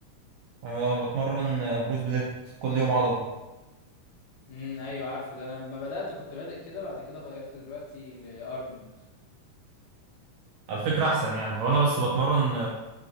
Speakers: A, on the right; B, on the left.
A: انا بتمرن بروس بليت كل يوم عضلة
B: امم ايوه عارفه ده انا لما بدأت كنت بادئ كده بعد كده غيرت دلوقتي لأرنولد
A: على فكرة احسن يعني هو انا بس بتمرن